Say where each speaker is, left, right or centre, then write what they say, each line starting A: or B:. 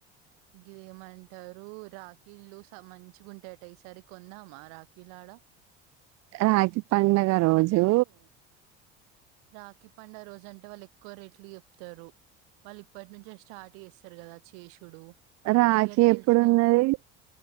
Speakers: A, on the right; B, on the right.
A: ఇదేమంటారు రాఖీళ్లు మంచిగా ఉంటాయట ఈసారి కొందమా రాఖీలు ఆడ <unintelligible>
B: రాఖీ పండుగ రోజు
A: రాఖీ పండుగ రోజు అంటే వాళ్ళు ఎక్కువ రేట్లు చెప్తారు వాళ్ళు ఇప్పటి నుంచే స్టార్ట్ చేస్తారు కదా కదా చేసుడు
B: రాఖి
A: ఇక తెలిసిన
B: ఎప్పుడున్నది